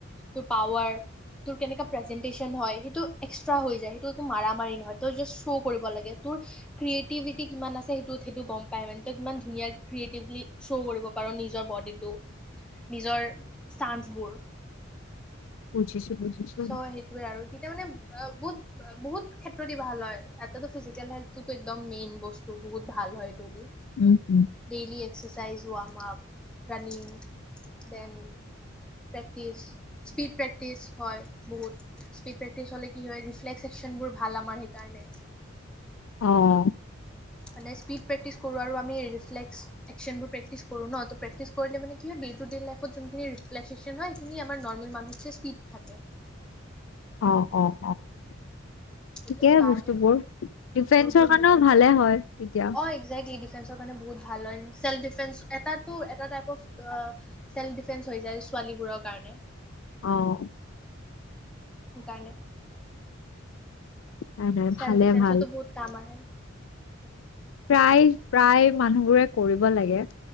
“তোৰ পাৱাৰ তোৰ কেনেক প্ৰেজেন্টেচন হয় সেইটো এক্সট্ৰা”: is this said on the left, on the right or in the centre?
Centre